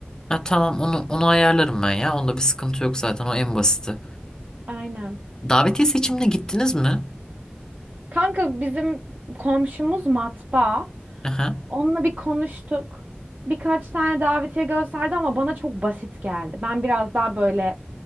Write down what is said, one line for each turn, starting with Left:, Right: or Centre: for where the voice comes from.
Left: Ha, tamam onu onu ayarlarım ben ya onda bir sıkıntı yok zaten o en basiti.
Right: <laughs> Aynen.
Left: Davetiye seçimine gittiniz mi?
Right: Kanka bizim komşumuz matbaa.
Left: Hı hı.
Right: Onunla bir konuştuk. Birkaç tane davetiye gösterdi ama bana çok basit geldi. Ben biraz daha böyle